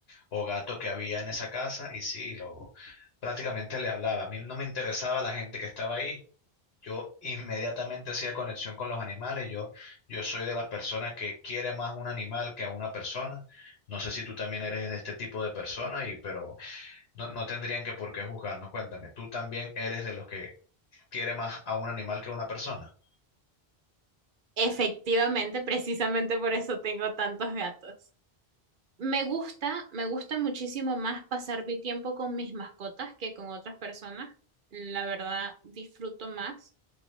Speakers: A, on the left (about 85°); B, on the right (about 60°).
A: o gato que había en esa casa y sí, lo, prácticamente le hablaba. A mí no me interesaba la gente que estaba ahí yo inmediatamente hacía conexión con los animales. Yo, yo soy de las personas que quiere más un animal que a una persona. No sé si tú también eres de este tipo de persona, y, pero no, no tendrían que por qué juzgarnos. Cuéntame, ¿tú también eres de los que quiere más a un animal que a una persona?
B: Efectivamente, precisamente por eso tengo tantos gatos. Me gusta, me gusta muchísimo más pasar mi tiempo con mis mascotas que con otras personas. La verdad, disfruto más